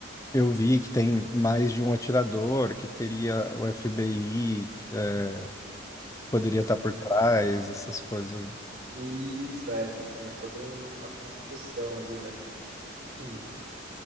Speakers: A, on the left (about 15°); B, on the right (about 45°).
A: Eu vi que tem mais de um atirador, que teria o FBI, que eh, poderia estar por
B: Uhum.
A: trás, essas coisas.
B: Isso, é, tinha toda um, uma construção ali, né? <laughs>